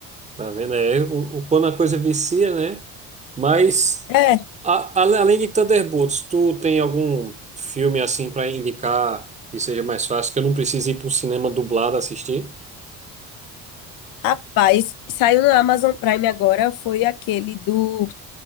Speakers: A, on the right (about 20°); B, on the left (about 75°).
A: tá vendo? É, o, o- quando a coisa vicia, né? Mas,
B: É,
A: a- ale- além de Thunderbolts, tu tem algum filme assim pra indicar que seja mais fácil, que eu não precise ir para um cinema dublado assistir?
B: rapaz, saiu no Amazon Prime agora, foi aquele do